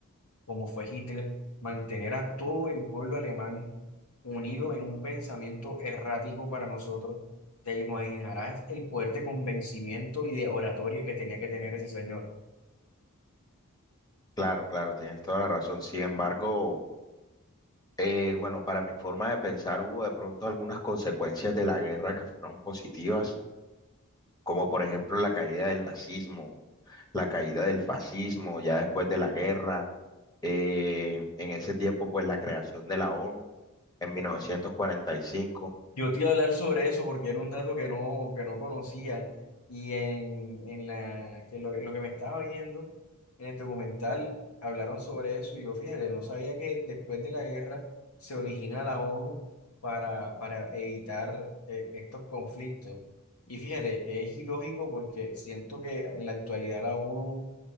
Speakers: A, on the left; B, on the left.
A: como fue Hitler, mantener a todo el pueblo alemán unido en un pensamiento errático para nosotros, te imaginarás el poder de convencimiento y de oratoria que tenía que tener ese señor.
B: Claro, claro, tienes toda la razón. Sin embargo... Eh, bueno, para mi forma de pensar hubo de pronto algunas consecuencias de la guerra que fueron positivas, como por ejemplo la caída del nazismo, la caída del fascismo ya después de la guerra, eh, en ese tiempo pues la creación de la ONU en 1945.
A: Yo te iba a hablar sobre eso porque era un dato que no, que no conocía y en, en la, que lo, en lo que me estaba viendo en el documental hablaron sobre eso y yo fíjate, no sabía que después de la guerra se origina la ONU para, para evitar eh, estos conflictos. Y fíjate, es ilógico porque siento que en la actualidad la ONU